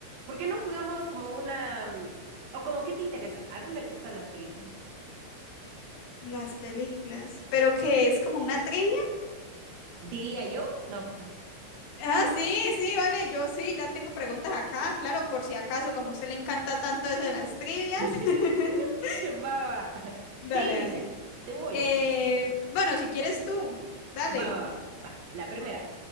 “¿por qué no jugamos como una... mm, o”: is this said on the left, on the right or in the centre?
Right